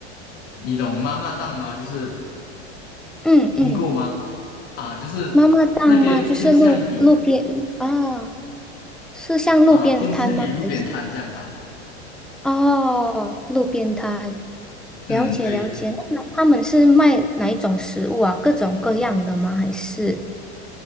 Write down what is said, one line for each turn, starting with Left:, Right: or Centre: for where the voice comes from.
Left: 你懂妈妈档吗？就是
Centre: 嗯嗯。
Left: 听过吗？啊，就是那边偏向于
Centre: 妈妈档吗？就是路路边啊，是像路边摊吗？
Left: 啊，偏向于路边摊这样吧。
Centre: 还是哦，路边摊？
Left: 嗯，
Centre: 了解了解。
Left: 对，
Centre: 那他们是卖哪一种食物啊？各种各样的吗？还是